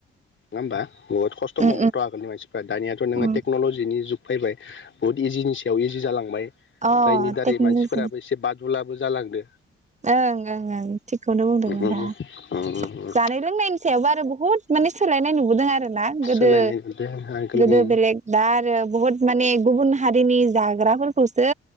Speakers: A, on the left (about 40°); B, on the right (about 20°).
A: नङा होमबा। बहुत खस्थ' मावोमोनथ'
B: उम
A: आगोलनि मानसिफ्रा दानियाथ' नोङो
B: उम
A: टेकनलजिनि जुग। फैबाय बहुद इजिनि सायाव इजि जालांबाय
B: अ
A: जायनि दारै
B: टेक्न'लजि
A: मानसिफोरा। दुलाबो जालांदो।
B: ओं ओं ओं थिगखौनो बुंदों
A: एसे
B: नोंथाङा जानाय लोंनायनि सायावबो आरो बुहुत माने सोलायनाय नुबोदों आरो। ना गोदो
A: सोलायनाय नुदों आगोलनि
B: गोदो बेलेग दा आरो बहुत माने। गुबुन हारिनि जाग्रा फोरखौसो